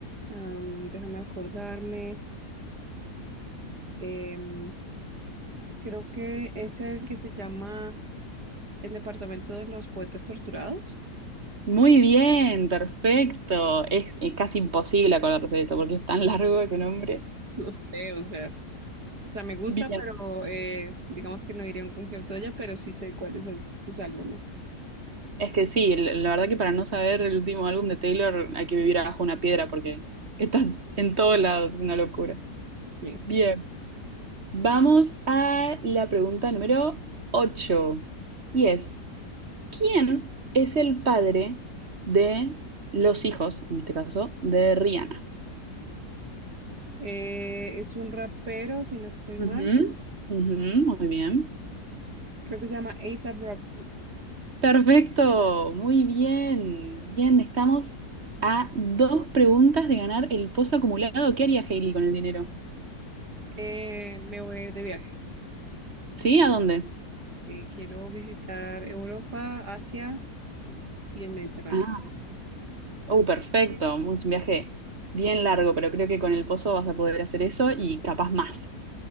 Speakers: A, on the right; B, on the right.
A: um, déjame acordarme. Em, creo que es el que se llama El Departamento de los Poetas Torturados.
B: Muy bien, perfecto. Es, eh, casi imposible acordarse de eso porque es tan largo ese nombre.
A: No sé, o sea. O sea, me gusta,
B: Bien.
A: pero eh, digamos que no iría a un concierto de ella, pero sí sé cuáles son sus álbumes.
B: Es que sí, la la verdad que para no saber el último álbum de Taylor hay que vivir abajo una piedra porque está en todos lados, es una locura.
A: Sí.
B: Bien, vamos a la pregunta número ocho Y es, ¿Quién es el padre de los hijos, en este caso, de Rihanna?
A: Eh, es un rapero, si no estoy mal.
B: Ujú, ujú, muy bien.
A: Creo que se llama A$AP Rocky.
B: Perfecto, muy bien. Bien, estamos a dos preguntas de ganar el pozo acumulado. ¿Qué haría Hailey con el dinero?
A: Eh, me voy de viaje.
B: ¿Sí? ¿A dónde?
A: Eh, quiero visitar Europa, Asia y el Mediterráneo.
B: Ah, oh, perfecto. Es un viaje bien largo, pero creo que con el pozo vas a poder hacer eso y capaz más.